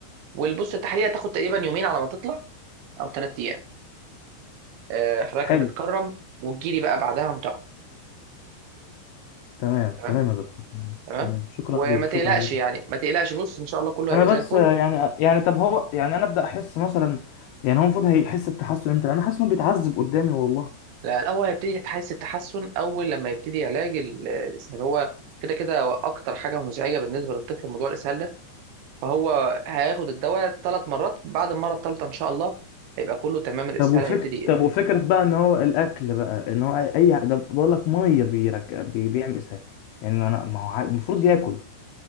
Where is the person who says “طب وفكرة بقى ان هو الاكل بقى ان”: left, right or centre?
Left